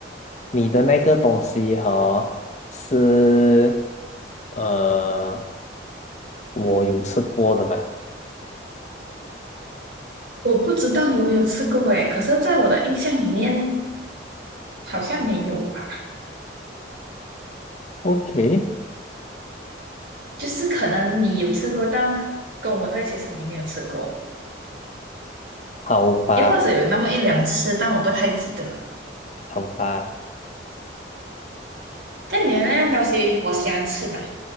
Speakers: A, on the left; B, on the right.
A: 你的那个东西哈是呃，我有吃过的嘛
B: 我不知道你有没有吃过诶，可是在我的印象里面好像没有吧，
A: ？OK，
B: 就是可能你有吃过，但跟我在一起的时候你没有吃过。
A: 好吧，
B: 又或者有那么一两次，但我不太记得。
A: 好吧，
B: 但你的那样东西，我喜欢吃嘛，